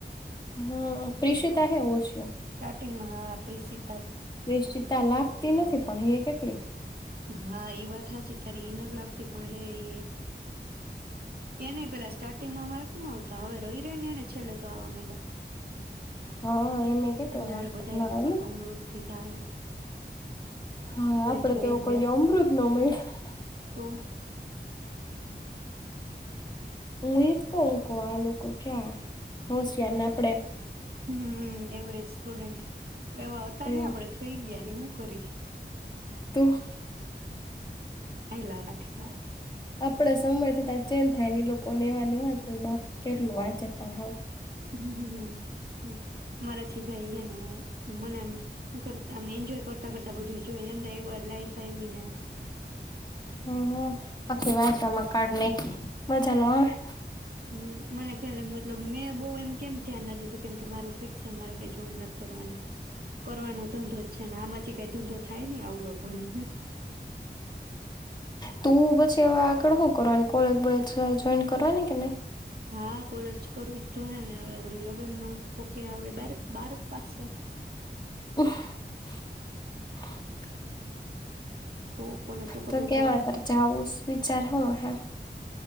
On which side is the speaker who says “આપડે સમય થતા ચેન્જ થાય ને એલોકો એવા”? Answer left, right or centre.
Left